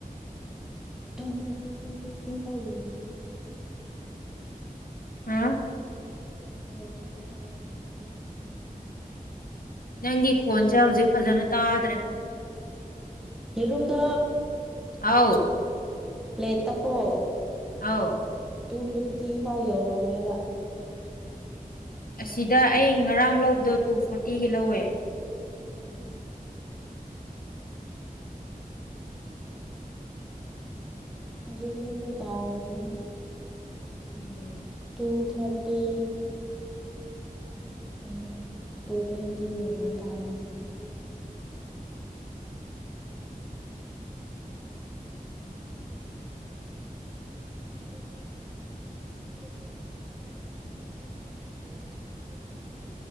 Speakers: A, in the centre; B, on the left.
A: two <unintelligible> two fifty ꯍꯧꯔꯤꯕꯅꯤ
B: ꯍꯥ
A: ꯅꯦꯠ ꯇꯞꯄꯥ <unintelligible> ꯌꯦꯔꯨꯝꯅꯦ
B: ꯅꯪꯒꯤ ꯈꯣꯟꯖꯦ ꯍꯧꯖꯤꯛ ꯐꯖꯅ ꯇꯥꯗ꯭ꯔꯦ
A: ꯌꯦꯔꯨꯝꯗꯣ
B: ꯑꯧ
A: ꯄ꯭ꯂꯦꯠꯇꯀꯣ
B: ꯑꯧ
A: ꯇꯨ ꯐꯤꯐꯇꯤ ꯐꯥꯎ ꯌꯧꯔꯝꯃꯦꯕ
B: ꯑꯁꯤꯗ ꯑꯩ ꯉꯔꯥꯡ ꯂꯧꯕꯗꯣ ꯇꯨ ꯐꯣꯔꯇꯤꯒꯤ ꯂꯧꯋꯦ
A: <inaudible> ꯍꯧꯖꯤꯛꯇꯤ ꯌꯨꯝꯗ ꯇꯥꯔꯝꯒꯅꯤ
B: ꯎꯝ
A: ꯇꯨ ꯊꯥꯔꯇꯤ <unintelligible> ꯇꯨ ꯇ꯭ꯋꯦꯟꯇꯤꯒꯨꯝꯕ
B: ꯎꯝ
A: ꯇꯥꯔꯝ <unintelligible> <unintelligible>